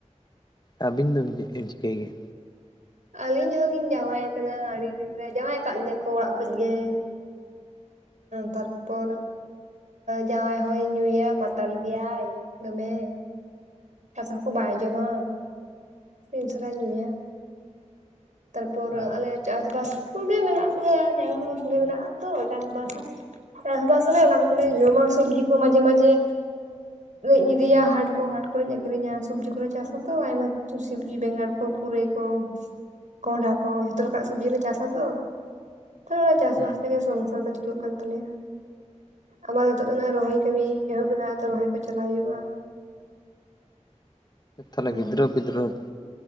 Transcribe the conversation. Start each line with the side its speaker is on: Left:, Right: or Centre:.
Left: ᱟᱹᱵᱤᱱ ᱫᱚᱵᱤᱱ ᱪᱮᱫ ᱵᱤᱱ ᱪᱤᱠᱟᱹᱭ ᱜᱮᱭᱟ?
Right: ᱟᱹᱞᱤᱧ ᱦᱚᱞᱤᱧ ᱡᱟᱶᱟᱭ ᱠᱟᱱᱟ, ᱟᱹᱰᱤᱫᱤᱱ ᱨᱮ ᱡᱟᱶᱟᱭ ᱟᱠᱟᱫ ᱞᱤᱧᱟᱹ ᱠᱚ ᱚᱲᱟᱜ ᱠᱷᱚᱡ ᱜᱮ᱾ ᱛᱟᱨ ᱯᱚᱨ ᱡᱟᱶᱟᱭ ᱦᱚᱭ ᱧᱩᱭᱟ ᱢᱟᱛᱟᱞ ᱜᱮᱭᱟᱭ ᱫᱚᱢᱮ᱾ ᱦᱟᱥᱟ ᱠᱚ ᱵᱟᱭ ᱟᱡᱚᱢᱟ ᱥᱤᱧᱥᱟᱹᱨᱟ ᱧᱩᱭᱟ᱾ ᱛᱟᱨ ᱯᱚᱨᱮ
Left: ᱚ
Right: ᱟᱞᱮ
Left: ᱟᱪᱪᱷᱟ
Right: ᱪᱟᱥ ᱵᱟᱥ ᱠᱚᱩᱜᱮ ᱢᱮᱱᱟᱜ ᱠᱩᱭᱥ ᱡᱟᱭᱜᱟ ᱠᱚᱫᱚ ᱵᱷᱟᱞᱮ ᱢᱮᱱᱟᱜ ᱟᱛᱚ ᱪᱟᱥ ᱵᱟᱥᱟᱭ᱾ ᱪᱟᱥ ᱵᱟᱥ ᱟᱞᱮ ᱚᱱᱟ ᱠᱚᱜᱞᱮ ᱡᱚᱢᱟ, ᱥᱚᱵᱽᱡᱤ ᱠᱚ ᱢᱟᱡᱷᱮ ᱢᱟᱡᱷᱮ ᱤᱧ ᱤᱫᱤᱭᱟ ᱦᱟᱴᱠᱩ ᱦᱟᱴ ᱠᱚᱨᱮᱧ ᱟᱹᱠᱷᱨᱤᱧᱟ ᱥᱚᱵᱽᱡᱤ ᱠᱚᱞᱮ ᱪᱟᱥᱟᱛᱚ ᱟᱭᱢᱟ ᱠᱤᱪᱷᱩ ᱥᱚᱵᱽᱡᱤ ᱵᱮᱸᱜᱟᱲ ᱠᱚ, ᱯᱩᱨᱟᱹᱭ ᱠᱚ, ᱠᱚᱸᱰᱟ ᱠᱚ ᱡᱷᱚᱛᱚ ᱞᱮᱠᱟᱱᱟᱜ ᱥᱚᱵᱽᱡᱤ ᱞᱮ ᱪᱟᱥᱟ ᱛᱚ᱾ ᱛᱚ ᱪᱟᱥ
Left: ᱦᱩᱸ
Right: ᱵᱟᱥ ᱛᱮᱜᱮ ᱥᱚᱝᱥᱟᱨ ᱫᱚ ᱪᱟᱹᱞᱩᱜ ᱠᱟᱱ ᱛᱟᱞᱮᱭᱟ᱾ ᱟᱵᱟᱨ ᱱᱤᱛᱳᱜ ᱫᱚ ᱱᱚᱜᱼᱚᱭ ᱨᱚᱦᱚᱭ ᱠᱟᱹᱢᱤ ᱮᱦᱚᱵ ᱠᱟᱱᱟ ᱟᱫᱚ ᱨᱚᱦᱚᱭ ᱠᱚ ᱪᱟᱞᱟᱜᱣ ᱦᱩᱭᱩᱜᱼᱟ᱾
Left: ᱛᱟᱦᱚᱞ
Right: ᱦᱮᱸ
Left: ᱜᱤᱫᱨᱟᱹ ᱯᱤᱫᱨ. ᱦᱚᱛᱚ?